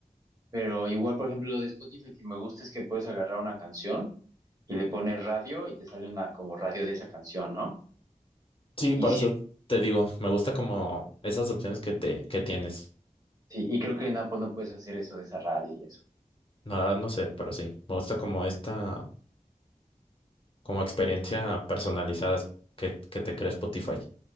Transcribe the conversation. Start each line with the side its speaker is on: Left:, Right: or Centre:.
Right: Pero igual, por ejemplo, lo de Spotify que me gusta es que puedes agarrar una canción y le pones radio y te sale una como radio de esa canción, ¿no?
Left: Sí,
Right: Y
Left: para
Right: sí,
Left: eso te digo, me gusta como esas opciones que te, que tienes.
Right: sí, y creo que en Apple no puedes hacer eso de esa radio y eso.
Left: La verdad no sé, pero sí, me gusta como esta, como experiencia personalizada que, que te crea Spotify.